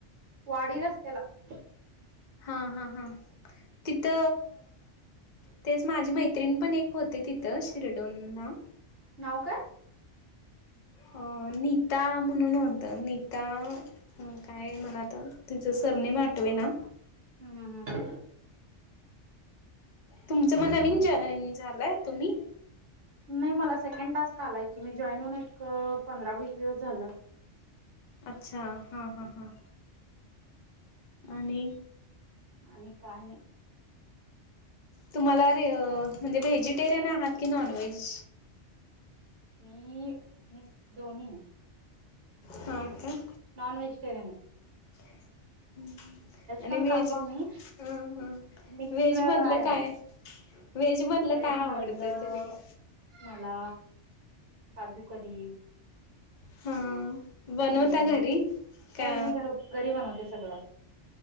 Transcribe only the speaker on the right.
वाडी रस्त्याला-
नाव काय
हम्म हम्म
नाही मला सेकंड टास्क आलाय की मी जॉईन होऊन एक पंधरा वीस -दिवस झालं
आणि काय नाही
मी -मी दोन्ही
नाॉन व्हेजिटेरीयन आहे
पण
खातो आम्ही
मिक्स
आहे
आम्ही.
व्हेज
मधलं
मला काजू करी-
पणीर
होय मी घरी -घरी बनवते सगळं-